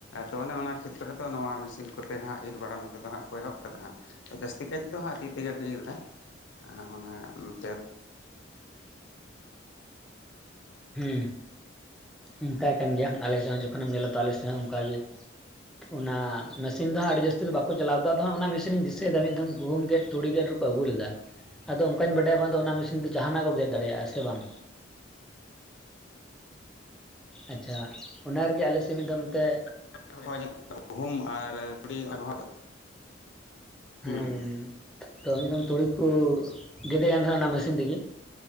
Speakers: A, on the left; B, in the centre.
A: ᱛᱚ ᱚᱱᱮ ᱚᱱᱟ ᱠᱷᱮᱛᱠᱚᱨᱮ ᱫᱚ ᱱᱚᱣᱟ ᱢᱮᱥᱤᱱ ᱠᱚᱛᱮ ᱦᱟᱸᱜ ᱤᱨ ᱵᱟᱲᱟ ᱱᱚᱛᱮ ᱫᱚ ᱦᱟᱸᱜ ᱠᱚ ᱮᱦᱚᱵ ᱠᱟᱫᱟ ᱦᱟᱸᱜ᱾ ᱛᱚ ᱡᱟᱹᱥᱛᱤ ᱠᱟᱭ ᱛᱮᱫᱚ ᱦᱟᱸᱜ ᱛᱤ ᱛᱮᱜᱮ ᱠᱚ ᱤᱨ ᱫᱟ᱾ ᱟᱨ ᱚᱱᱟ ᱱᱚᱛᱮ
B: ᱦᱩᱸ᱾ ᱚᱱᱠᱟ ᱠᱟᱱ ᱜᱮᱭᱟ, ᱟᱞᱮ ᱥᱮᱫ ᱦᱚᱸ ᱡᱚᱠᱷᱚᱱᱮᱢ ᱧᱮᱞᱟ ᱛᱚ ᱟᱞᱮ ᱥᱮᱫ ᱦᱚᱸ ᱚᱱᱠᱟ ᱜᱮ᱾ ᱚᱱᱟ ᱢᱮᱥᱤᱱ ᱫᱚᱦᱟᱸᱜ ᱟᱹᱰᱤ ᱡᱟᱹᱥᱛᱤ ᱫᱚ ᱵᱟᱠᱚ ᱪᱟᱞᱟᱣ ᱫᱟ, ᱟᱫᱚ ᱦᱟᱸᱜ ᱚᱱᱟ ᱢᱮᱥᱤᱱᱤᱧ ᱫᱤᱥᱟᱹᱭᱮᱫᱟ ᱢᱤᱫ ᱫᱷᱚᱢ ᱜᱩᱦᱩᱢ ᱜᱮᱫ ᱛᱩᱲᱤ ᱜᱮᱫ ᱨᱩ ᱠᱚ ᱟᱹᱜᱩ ᱞᱮᱫᱟ, ᱟᱫᱚ ᱚᱱᱠᱟᱧ ᱵᱟᱰᱟᱭᱟ ᱵᱟᱝᱫᱚ ᱚᱱᱟ ᱢᱮᱥᱤᱱ ᱫᱚ ᱡᱟᱦᱟᱸᱱᱟᱜ ᱠᱚ ᱜᱮᱫ ᱫᱟᱲᱮᱭᱟᱜᱼᱟ ᱥᱮ ᱵᱟᱝ᱾ ᱟᱪᱪᱷᱟ ᱚᱱᱟ ᱨᱮᱜᱮ ᱟᱞᱮ ᱥᱮᱫ ᱢᱤᱫ ᱫᱷᱚᱢ ᱛᱮ
A: <unintelligible> ᱜᱩᱦᱩᱢ ᱟᱨ ᱛᱩᱲᱤ ᱚᱱᱟ ᱠᱚᱦᱚᱸ ᱫᱚ ᱦᱩᱸ
B: ᱦᱮᱸ
A: ᱦᱩᱸ᱾
B: ᱛᱚ ᱢᱤᱫ ᱫᱷᱚᱢ ᱛᱩᱲᱤ ᱠᱚ ᱜᱮᱫᱮᱜ ᱠᱟᱱ ᱛᱟᱦᱮᱸᱱᱟ ᱚᱱᱟ ᱢᱮᱥᱤᱱ ᱛᱮᱜᱮ᱾